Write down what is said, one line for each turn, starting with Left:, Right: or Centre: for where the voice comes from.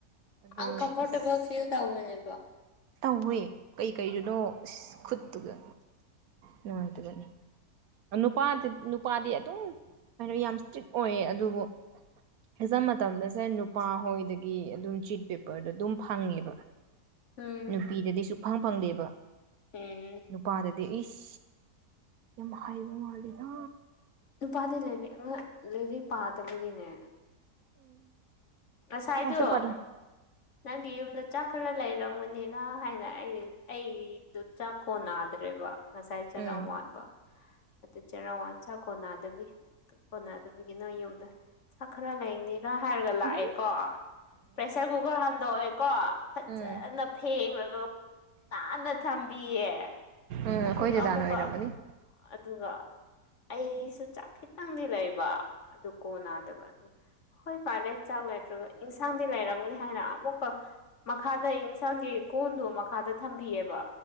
Right: ꯑꯗꯣ
Left: ꯑꯟ ꯀꯝꯐꯣꯔꯇꯦꯕꯜ
Right: ꯑꯁ
Left: ꯐꯤꯜ ꯇꯥꯎꯕꯅꯦꯕ
Right: ꯇꯧꯋꯦ ꯀꯩꯀꯩꯗꯨꯅꯣ ꯑꯁ ꯈꯨꯠꯇꯨꯒ ꯅꯨꯡꯉꯥꯏꯇꯕꯅꯤ ꯅꯨꯄꯥꯗꯤ ꯅꯨꯄꯥꯗꯤ ꯑꯗꯨꯝ ꯀꯩꯅꯣ ꯌꯥꯝ ꯏꯁꯇ꯭ꯔꯤꯛ ꯑꯣꯏꯌꯦ ꯑꯗꯨꯕꯨ ꯑꯦꯆꯝ ꯃꯇꯝꯗꯁꯦ ꯅꯨꯄꯥ ꯍꯣꯏꯗꯒꯤ ꯑꯗꯨꯝ ꯆꯤꯠ ꯄꯦꯄꯔꯗꯣ ꯑꯗꯨꯝ ꯐꯪꯉꯦꯕ
Left: ꯎꯝ
Right: ꯅꯨꯄꯤꯗꯗꯤ ꯁꯨꯛꯐꯪ ꯐꯪꯗꯦꯕ
Left: ꯎꯝ
Right: ꯅꯨꯄꯥꯗꯗꯤ ꯏꯁ ꯌꯥꯝ ꯍꯩꯕ ꯃꯥꯜꯂꯤꯗ
Left: ꯅꯨꯄꯥꯗꯤ ꯂꯩꯕꯤ ꯑꯃ ꯂꯩꯔꯤꯛ ꯄꯥꯗꯕꯒꯤꯅꯦ
Right: ꯎꯝ
Left: ꯉꯁꯥꯏꯗꯣ
Right: ꯄꯥꯁꯨ ꯄꯥꯔ
Left: ꯅꯪ ꯑꯩ ꯒꯤ ꯌꯨꯝꯗ ꯆꯥꯛ ꯈꯔ ꯂꯩꯔꯝꯒꯅꯤꯔ ꯍꯥꯏꯅ ꯑꯩ ꯑꯩꯒꯤꯗꯨ ꯆꯥꯛꯀꯣꯟ ꯅꯥꯗ꯭ꯔꯦꯕ ꯉꯁꯥꯏ ꯆꯔ
Right: ꯎꯝ
Left: ꯋꯥꯟꯕ ꯑꯗꯨ ꯆꯩꯔꯥꯎ ꯋꯥꯟ ꯆꯥꯛ ꯀꯣꯟꯅꯗꯕꯤ ꯀꯣꯟꯅꯗꯕꯒꯤꯅ ꯌꯨꯝꯗ ꯆꯥꯛ ꯈꯔ ꯂꯩꯅꯤ ꯅ ꯍꯥꯏꯔꯒ ꯂꯥꯛꯑꯦꯀꯣ
Right: ꯎꯝꯍꯨꯝ ꯎꯝ
Left: ꯄ꯭ꯔꯦꯁꯔ ꯀꯨꯀꯔ ꯍꯟꯗꯣꯛꯑꯦ ꯀꯣ ꯐꯠꯖꯅ
Right: ꯎꯝ
Left: ꯐꯦꯡꯉꯒ ꯅꯥꯟꯅ ꯊꯝꯕꯤꯌꯦ
Right: ꯎꯝ
Left: ꯑꯗꯨꯒ
Right: ꯑꯈꯣꯏ ꯗꯗꯥꯅ
Left: ꯑꯃꯨꯛꯀ
Right: ꯑꯣꯏꯔꯝꯃꯅꯤ
Left: ꯑꯗꯨꯒ ꯑꯩꯁꯨ ꯆꯥꯛ ꯈꯤꯇꯪꯗꯤ ꯂꯩꯕ ꯑꯗꯨ ꯀꯣ ꯅꯥꯗꯕ ꯑꯗꯨ ꯍꯣꯏ ꯐꯔꯦ ꯆꯥꯛ ꯅꯠꯇ꯭ꯔꯒ ꯏꯟꯁꯥꯡꯗꯤ ꯂꯩꯔꯝꯒꯅꯤ ꯍꯥꯏꯅ ꯑꯃꯨꯛꯀ ꯃꯈꯥꯗ ꯑꯦꯟꯁꯥꯡꯒꯤ ꯀꯣꯟꯗꯣ ꯃꯈꯥꯗ ꯊꯝꯕꯤꯌꯦꯕ